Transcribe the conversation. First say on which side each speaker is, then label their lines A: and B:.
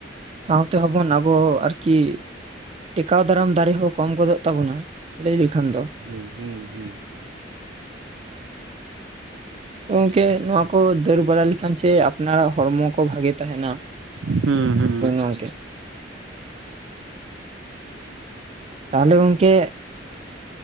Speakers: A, on the right; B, on the right.
A: ᱥᱟᱶᱛᱮ ᱦᱚᱵᱚᱱ ᱟᱵᱚ ᱟᱨᱠᱤᱼᱼ ᱴᱮᱠᱟᱣ ᱫᱟᱨᱟᱢ ᱫᱟᱲᱮ ᱦᱚᱸ ᱠᱚᱢ ᱜᱚᱫᱚᱜ ᱛᱟᱵᱚᱱᱟ ᱞᱟᱹᱭ ᱞᱮᱠᱷᱟᱱ ᱫᱚᱼᱼ
B: ᱦᱮᱸ ᱦᱩᱸ ᱦᱩᱸ!
A: ᱜᱚᱢᱠᱮ ᱱᱚᱣᱟ ᱠᱚ ᱫᱟᱹᱲ ᱵᱟᱲᱟ ᱞᱮᱠᱷᱟᱱ ᱪᱮ ᱟᱯᱱᱟᱨᱟᱜ ᱦᱚᱲᱢᱚ ᱠᱚ ᱵᱷᱟᱜᱮ ᱛᱟᱸᱦᱮᱱᱟ ᱾
B: ᱦᱩᱸ ᱦᱩᱸ
A: ᱜᱚᱢᱠᱮ ᱾ ᱛᱟᱦᱚᱞᱮ ᱜᱚᱢᱠᱮ᱾